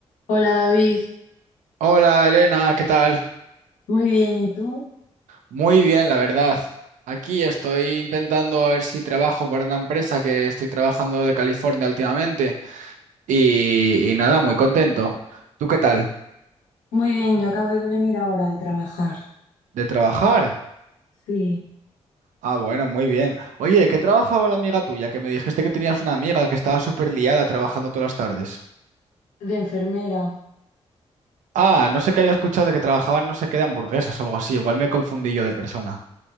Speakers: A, on the left; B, on the right.
A: Hola David,
B: Hola Elena, ¿qué tal?
A: Muy bien, ¿y tú?
B: Muy bien, la verdad. Aquí estoy intentando a ver si trabajo para una empresa que estoy trabajando de California últimamente y, y nada, muy contento. ¿Tú qué tal?
A: muy bien, yo acabé de venir ahora de trabajar,
B: ¿De trabajar?
A: Sí.
B: Ah, bueno, muy bien. Oye, ¿de qué trabajaba la amiga tuya? Que me dijiste que tenías una amiga que estaba súper liada trabajando todas las tardes.
A: de enfermera.
B: Ah, no sé qué había escuchado de que trabajaban no sé qué de hamburguesas o algo así. Igual me confundí yo de persona.